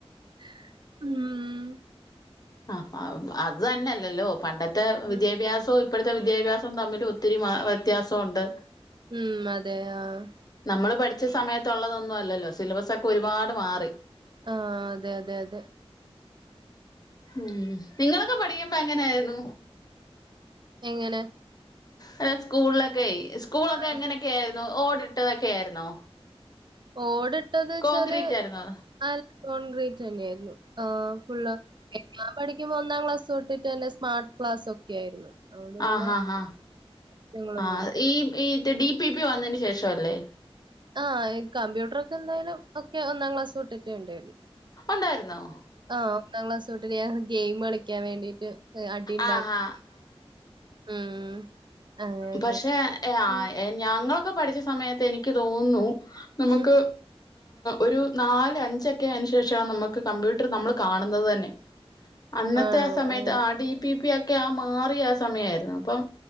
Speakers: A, on the right; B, on the left.
A: ഉം
B: അഹ് അത് തന്നെയല്ലല്ലോ പണ്ടത്തെ വിദ്യാഭ്യാ
A: ഉം
B: സം ഇപ്പഴത്തെ വിദ്യാഭ്യാസം തമ്മിലും ഒത്തിരി മാ വ്യെത്യാസോ ഒണ്ട്
A: ഉം അതെ ആഹ്
B: നമ്മള് പഠിച്ച സമയത്തൊ ഒള്ളതൊന്നു അല്ലല്ലോ. സിലബസ് ഒക്കെ ഒരുപാട് മാറി.
A: ആഹ് അതെ അതെ അതെ
B: ഉം ഇങ്ങളൊക്കെ പഠിക്കുമ്പ എങ്ങനെയായിരുന്നു.
A: എങ്ങെനെ
B: അല്ല സ്കൂളിലൊക്കെയേ സ്കൂളൊക്കെ
A: ആഹ്
B: എങ്ങനെയൊക്കെ ആയിരുന്നു. ഓടിട്ടതൊക്കെ ആയിരുന്നോ
A: ഓടിട്ടതെന്ന് വെച്ചാല്
B: കോൺക്രീറ്റ് ആയിരുന്നോ
A: അ കോൺക്രീറ്റെന്നെ ആയിരുന്നു. ആഹ് ഫുള്ള്. ഞാൻ പഠിക്കുമ്പോ ഒന്നാം ക്ലാസ് തൊട്ടിട്ട് തന്നെ സ്മാർട്ട്ക്ലാസും ക്കേ ആയിരുന്നു. അതോണ്ട് പിന്നെ
B: ആഹ് ഹാ ഹാ
A: <unintelligible>
B: ആ ഈ ഈറ്റിട് ഡി പി പി വന്നതിന് ശേഷം അല്ലേ
A: ആഹ് ഈ കമ്പ്യൂട്ടർ ഒക്കെ എന്തായാലും ഒക്കെ ഒന്നാം ക്ലാസ് തൊട്ടിട്ടെ ഇണ്ടായിരുന്നു.
B: ഉണ്ടായിരുന്നോ
A: ആഹ് ഒന്നാം ക്ലാസ് തൊട്ടിട്ട് ഞാ ഗെയിം കളിക്കാൻ വേണ്ടീട്ട് അടി ഇണ്ടാക്കും.
B: ആഹ് ഹാ
A: ഉം അങ്ങനെ
B: പക്ഷേ ആഹ്
A: ഉം
B: എ <unintelligible> ഞങ്ങളൊക്കെ പഠിച്ച സമയത്ത് എനിക്ക് തോന്ന്ന്നു. നമുക്ക്
A: ഉം
B: ഒരു നാല് അഞ്ചൊക്കെ ആയെനു ശേഷവാ നമക്ക് കമ്പ്യൂട്ടറ് നമ്മള് കാണുന്നത് തന്നെ അന്നത്തെ
A: ആണോ
B: ആ സമയത്ത്
A: ഓ
B: ആ ഡി പി പി ഒക്കെ ആ മാറിയ ആഹ് സമയ ആയിരുന്നു അപ്പം